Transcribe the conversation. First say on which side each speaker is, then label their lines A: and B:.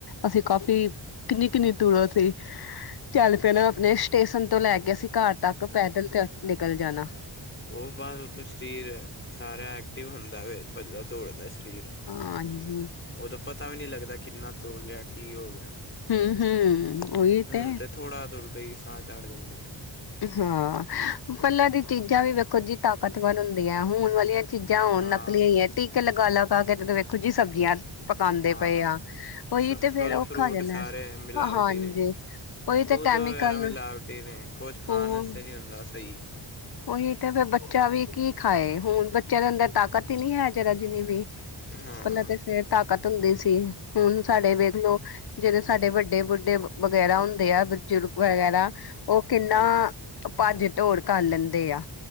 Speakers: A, on the left; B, on the left.
A: ਅਸੀਂ ਕਾਫੀ ਕਿੰਨੀ-ਕਿੰਨੀ ਟੂਰੋਂ ਸੀ ਚੱਲ ਪਿਆ ਨਾ ਆਪਣੇ ਸਟੇਸ਼ਨ ਤੋਂ ਲੈ ਕੇ ਅ ਸੀ ਘਰ ਤੱਕ ਪੈਦਲ ਨਿਕਲ ਜਾਣਾ
B: ਉਹ ਬਾਅਦ ਉਦੋਂ ਸਰੀਰ ਸਾਰਾ ਐਕਟਿਵ ਹੁੰਦਾ ਵ ਭੱਜਦਾ ਦੌੜਦਾ ਸਰੀਰ
A: ਹਾਂਜੀ
B: ਉਦੋਂ ਪਤਾ ਵੀ ਨਹੀਂੀ ਲੱਗਦਾ ਕਿੰਨਾ ਤੋ ਲਿਆ ਕੀ ਹੋ ਗਿਆ
A: ਹਮ-ਹਮ ਉਹਗੀਤੇ
B: ਹੁਣ ਤੇ ਥੋੜਾ ਤੁਰਦੇ ਹੀ ਸਾਹ ਚੜ ਜਾਂਦੇ ਨੇ
A: ਹਾਂ ਪਲਾਾਂ ਦੀ ਚੀਜ਼ਾਂ ਵੀ ਵੇਖੋ ਜੀ ਤਾਕਤਵਰ ਹੁੰਦੀਆਂ ਹੁਣ ਵਾਲੀਆਂ ਚੀਜ਼ਾਂ ਹੁਣ
B: ਹਾਂ
A: ਨਕਲੀਆਂ ਹੀ ਹੈ ਟੀਕੇ ਲਗਾ ਲਗਾ ਕੇ ਵਖ ਕੁਝ ਸਬਜ਼ੀਆਂ ਪਕਾਉਂਦੇ
B: ਹਾਂ
A: ਪਏ ਆ ਉਹੀ
B: ਸਫਲ
A: ਤੇ ਫੇਰ ਉਹ
B: ਫਰੂਟ
A: ਖਾ ਜਾਂਣਾ
B: ਸਾਰੇ ਮਿਲਾਵਟੀ
A: ਹਾਂਜੀ
B: ਨੇ
A: ਉਹੀ
B: ਦੁੱਧ
A: ਤੇ ਕੈਮੀਕਲ
B: ਵਗੈਰਾ ਮਿਲਾਵਟੀ ਕੁਝ ਖਾਣਸਤੇ
A: ਉਹ
B: ਨੀ ਹੁੰਦਾ ਸਹੀ
A: ਉਹੀ ਤੇ ਫੇਿਰ ਬੱਚਾ ਵੀ ਕੀ ਖਾਏ ਹੁਣ ਬੱਚਿਆਂ ਨੂੰ ਅੰਦਰ ਤਾਕਤ ਹੀ ਨਹੀਂੀ ਹੈਾਰਾ ਜਿੰਨੀ ਵੀ
B: ਹਾਂ
A: ਪਲ ਫੇਰ ਤਾਕਤ ਹੁੰਦੀ ਸੀ ਹੁਣ ਸਾਡੇ ਵੇਖ ਲਓ ਜਿਹੜੇ ਸਾਡੇ ਵੱਡੇ ਬੁੱਢੇ ਵਗੈਰਾ ਹੁੰਦੇ ਆ ਬਜ਼ੁਰਗ ਵਗੈਰਾ ਉਹ ਕਿੰਨਾ
B: ਹਾਂਜੀ
A: ਭਾ ਢੋਲ ਕਰ ਲੈਣ ਦੇਿਆ